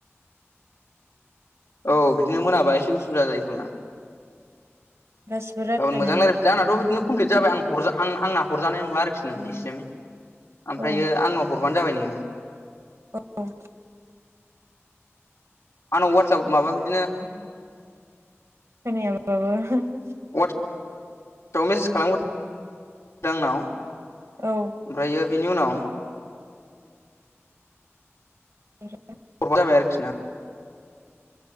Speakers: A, on the left; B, on the right.
A: औ बिदिनो मोनाबा एसे उसुबिदा जायोखोमा।
B: गासिबो रायलायनोनो
A: गाबोन मोजां रायज्लायफिनसै आंनाथ' बिदिनो कमप्लिट जाबाय आं हरजा आं आंना हरजानाय नंला आरोखि नोंनिसिम ओमफ्रायो
B: औ
A: आंनाव हरबानो जाबाय नोङो।
B: औ।
A: आंनाव वाटसाप माबा बिदिनो
B: खोनाया <unintelligible>
A: <unintelligible>
B: औ
A: ओमफ्रायो बिनि उनाव
B: बे
A: <unintelligible>